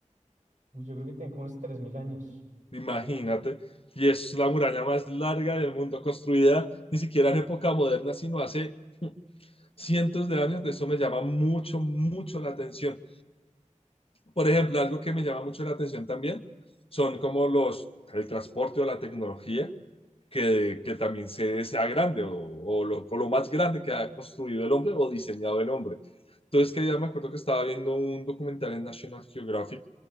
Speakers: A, on the right; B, on the left.
A: Uy, yo creo que tiene como unos 3.000 años.
B: Imagínate. Y es la muralla más larga del mundo, construida ni siquiera en época moderna, sino hace cientos de años, de eso me llama mucho, mucho la atención. Por ejemplo, algo que me llama mucho la atención también son como los, el transporte o la tecnología que, que también se, sea grande o, o lo, o lo más grande que ha construido el hombre o diseñado el hombre. Entonces, que ya me acuerdo que estaba viendo un documental en National Geographic